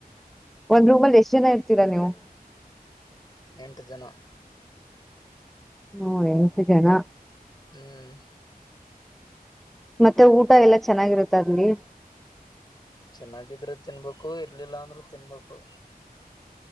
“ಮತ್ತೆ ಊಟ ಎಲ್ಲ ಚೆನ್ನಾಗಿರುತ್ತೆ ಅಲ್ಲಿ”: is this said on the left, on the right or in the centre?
Centre